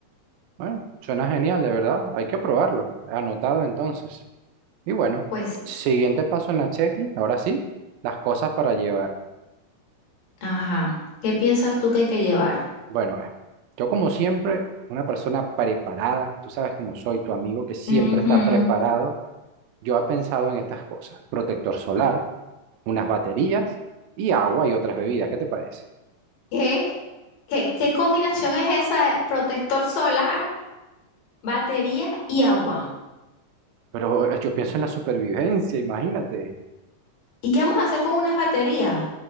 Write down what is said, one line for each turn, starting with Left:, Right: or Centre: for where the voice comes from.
Right: Bueno, suena genial, de verdad, hay que probarlo, anotado entonces. Y bueno,
Left: Pues sí.
Right: siguiente paso en la checklist, ahora sí, las cosas para llevar.
Left: Ajá. ¿Qué piensas tú que hay que llevar?
Right: Bueno, eh, yo como siempre, una persona preparada, tú sabes cómo soy tu amigo que siempre
Left: Ujú.
Right: está preparado, yo he pensado en estas cosas, protector solar unas baterías y agua y otras bebidas. ¿Qué te parece?
Left: ¿Qué? ¿Qué, qué combinación es esa? de Protector solar, baterías y agua.
Right: Pero eh, yo pienso en la supervivencia, imagínate.
Left: ¿Y qué vamos a hacer con unas baterías?